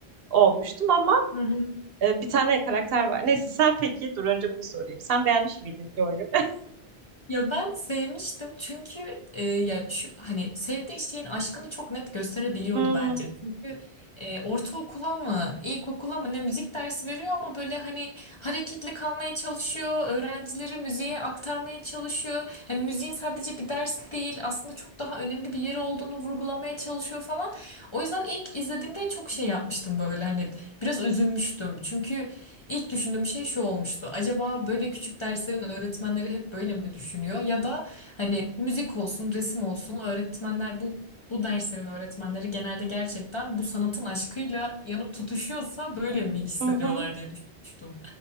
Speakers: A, on the right; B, on the left.
A: olmuştum ama
B: Hı hı.
A: e, bir tane karakter var. Neyse sen peki dur önce bunu sorayım. Sen beğenmiş miydin Joy'u? <laughs>
B: Ya ben sevmiştim çünkü e, ya şu hani sevdiği şeyin aşkını çok net gösterebiliyordu
A: Hmm.
B: bence. Çünkü e, ortaokula mı, ilkokula mı ne müzik dersi veriyor ama böyle hani hareketli kalmaya çalışıyor, öğrencileri müziğe aktarmaya çalışıyor. Hani müziğin sadece bir ders değil, aslında çok daha önemli bir yeri olduğunu vurgulamaya çalışıyor falan. O yüzden ilk izlediğimde çok şey yapmıştım böyle hani biraz üzülmüştüm. Çünkü İlk düşündüğüm şey şu olmuştu. Acaba böyle küçük derslerin öğretmenleri hep böyle mi düşünüyor? Ya da hani müzik olsun, resim olsun öğretmenler bu bu derslerin öğretmenleri genelde gerçekten bu sanatın aşkıyla yanıp tutuşuyorsa böyle mi hissediyorlar
A: Hı hı.
B: diye düşünmüştüm.